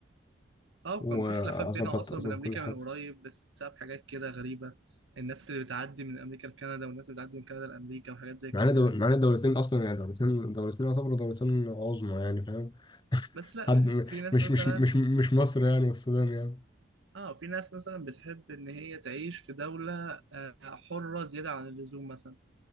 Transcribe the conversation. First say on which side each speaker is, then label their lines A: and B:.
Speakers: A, on the right; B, on the left.
A: اه
B: واظبط
A: كان في خلافات بينها أصلا
B: اظبط
A: وبين أمريكا
B: كل حاجه
A: من قريب بسبب حاجات كده غريبة الناس اللي بتعدي من أمريكا لكندا والناس اللي بتعدي من كندا لأمريكا وحاجات زي
B: معانا
A: كده
B: دو...
A: يعني
B: معانا دولتين اصلا يعني دولتين دولتين يعتبروا دولتين عظمى يعني فاهم
A: بس لا
B: حد
A: في
B: م-
A: في ناس
B: مش
A: مثلا
B: مش مش مش مصر يعني والسودان يعني
A: اه في ناس مثلا بتحب إن هي تعيش في دولة آه، حرة زيادة عن اللزوم مثلا